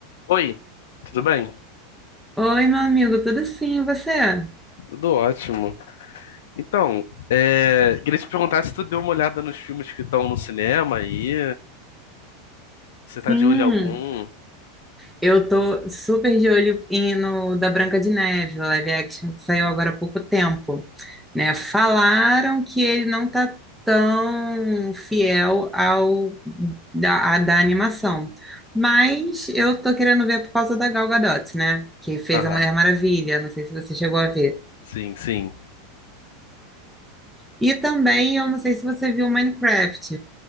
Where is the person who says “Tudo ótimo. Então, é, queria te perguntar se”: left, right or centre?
Left